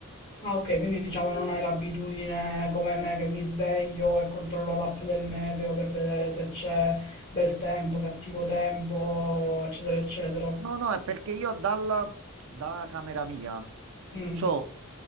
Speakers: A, on the left; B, on the right.
A: Ah, ok, quindi diciamo non hai l'abitudine come me che mi sveglio e controllo l'app del meteo per vedere se c'è bel tempo, cattivo tempo, eccetera, eccetera.
B: No, no, è perché io dalla, da camera mia
A: Mm.
B: c'ho...